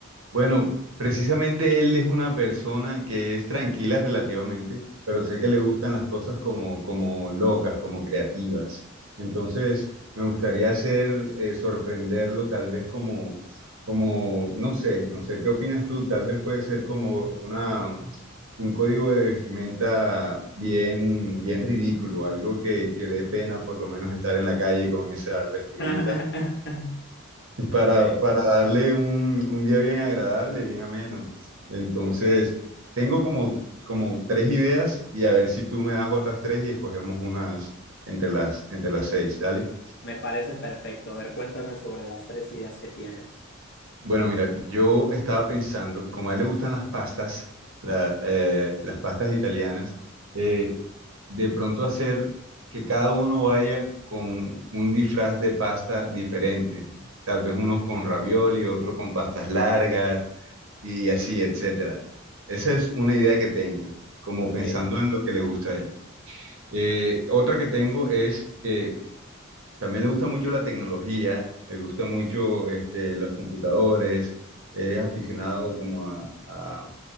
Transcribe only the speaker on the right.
Bueno, precisamente él es una persona que es tranquila relativamente, pero sé que le gustan las cosas como, como locas, como creativas. Entonces, me gustaría hacer, eh, sorprenderlo tal vez como, como, no sé, no sé, ¿qué opinas tú? Tal vez puede ser como una, un código de vestimenta bien, bien ridículo, algo que, que dé pena por lo menos estar en la calle con esa vestimenta
para, para darle un, un día bien agradable, bien ameno. Entonces,
tengo como, como tres ideas y a ver si tú me das otras tres y escogemos unas entre las, entre las seis. Dale.
Bueno, mira, yo estaba pensando, como a él le gustan las pastas, la- eh, las pastas italianas, eh, de pronto hacer que cada uno vaya con un disfraz de pasta diferente, tal vez unos con ravioli, otro con pastas largas y así, etcétera. Esa es una idea que tengo, como
pensando en lo que le gusta a él. Eh, otra que tengo es que también le gusta mucho la tecnología, le gusta mucho este, los computadores, es aficionado como a, a-